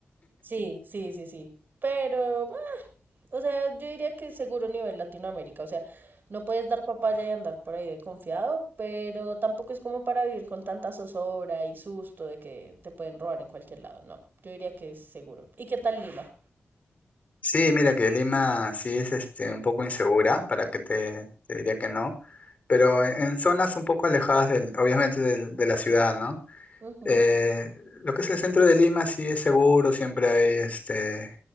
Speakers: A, on the right (about 55°); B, on the left (about 35°).
A: sí, sí, sí, sí. Pero, bueno, o sea, yo diría que seguro nivel Latinoamérica. O sea, no puedes dar papaya y andar por ahí de confiado, pero tampoco es como para vivir con tanta zozobra y susto de que te pueden robar en cualquier lado. No, yo diría que es seguro. ¿Y qué tal Lima?
B: Sí, mira que Lima sí es este, un poco insegura, para que te, te diría que no, pero en en zonas un poco alejadas del, obviamente del- de la ciudad, ¿no?
A: Ujú,
B: Eh, lo que es el centro de Lima sí es seguro, siempre hay este,